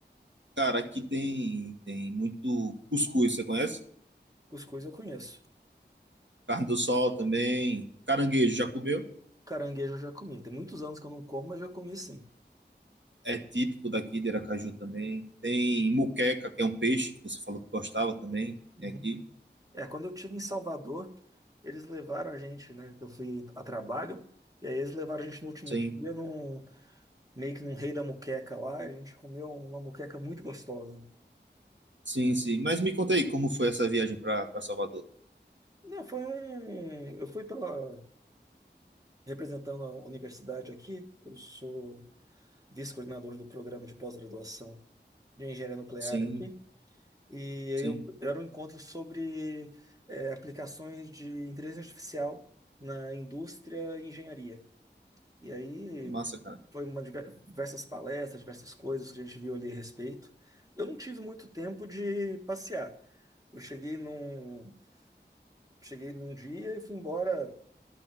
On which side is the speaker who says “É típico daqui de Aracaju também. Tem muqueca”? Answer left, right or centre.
Right